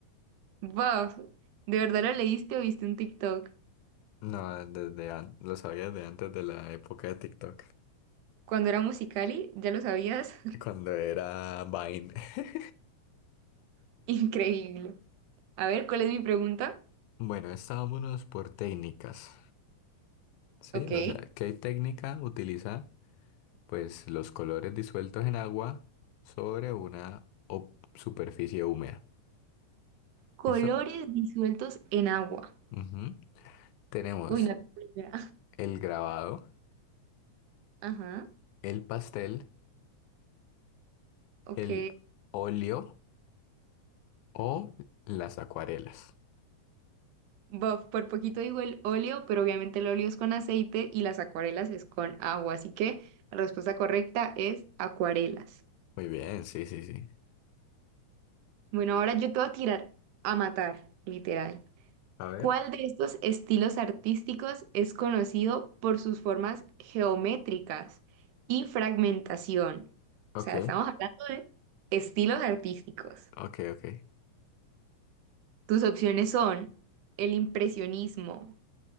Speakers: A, on the right (about 80°); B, on the left (about 80°).
A: Wow, ¿de verdad lo leíste o viste un TikTok?
B: No, desde an- lo sabía desde antes de la época de TikTok,
A: Cuando era Musicali, ¿ya lo sabías?
B: cuando era Vine. <laughs>
A: <laughs> Increíble. A ver, ¿cuál es mi pregunta?
B: Bueno, estábamos por técnicas, ¿sí?
A: Ok.
B: O sea, ¿qué técnica utiliza? Pues los colores disueltos en agua sobre una o- superficie húmeda.
A: Colores
B: ¿Listo?
A: disueltos en agua.
B: Ujú. Tenemos
A: Uy, no tengo idea.
B: el grabado,
A: <laughs> Ajá,
B: el pastel.
A: ok.
B: el óleo o las acuarelas.
A: Buff, por poquito digo el óleo, pero obviamente el óleo es con aceite y las acuarelas es con agua, así que la respuesta correcta es acuarelas.
B: Muy bien, sí, sí, sí.
A: Bueno, ahora yo te voy a tirar a matar, literal.
B: A ver.
A: ¿Cuál de estos estilos artísticos es conocido por sus formas geométricas y fragmentación?
B: Ok,
A: O sea, estamos hablando de estilos artísticos.
B: ok, ok.
A: Tus opciones son el impresionismo,